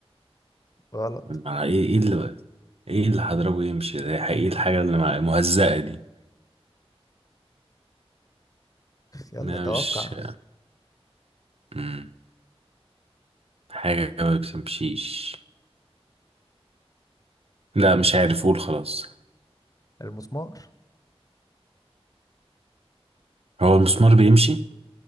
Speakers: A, on the left; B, on the right.
A: غلط
B: مع ايه ايه اللي ايه اللي هضربه يمشي ده ايه الحاجة اللي مع- مهزقة دي
A: يلا
B: لا
A: توقع
B: مش مم. حاجة ما بتمشيش لا مش عارف قول خلاص
A: المسمار
B: هو المسمار بيمشي